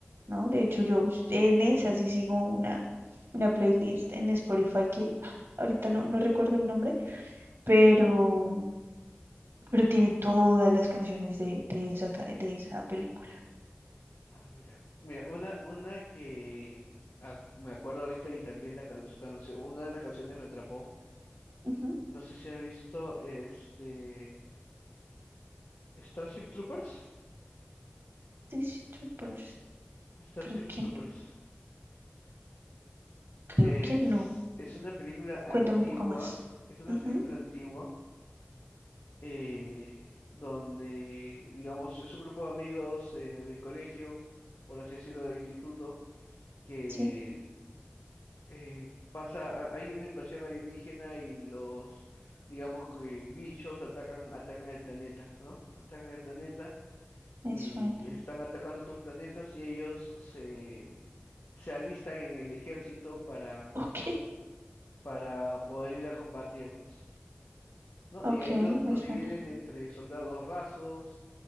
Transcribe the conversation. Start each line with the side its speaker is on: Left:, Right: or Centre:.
Right: ¿no? De hecho, yo en esa sí sigo una, una playlist en Spotify que ah, ahorita no, no recuerdo el nombre, pero, pero tiene todas las canciones de, de esa, ca- de esa película.
Left: Ah, mira. Mira, una, una que ah, me acuerdo ahorita y también la can- su canción, una de las canciones me atrapó.
Right: Ujú,
Left: No sé si has visto este Starship Troopers.
Right: Starship Troopers.
Left: Starship
Right: Creo que
Left: Troopers
Right: no. Creo
Left: es,
Right: que no.
Left: es una película antigua,
Right: Cuéntame un poco más.
Left: es una
Right: Ujú,
Left: película antigua eh, donde, digamos, es un grupo de amigos eh, de colegio, por así decirlo, de instituto, que
Right: Sí,
Left: eh, pasa, hay una invasión alienígena y los, digamos que bichos atacan, atacan el planeta, ¿no? Atacan el planeta
Right: me
Left: y
Right: suena.
Left: están atacando otros planetas y ellos se, se alistan en el ejército para,
Right: <laughs> Ok,
Left: para poder ir a combatirlos, ¿no?
Right: ok,
Left: Y ahí lo-
Right: me
Left: los
Right: suena.
Left: dividen entre soldados rasos,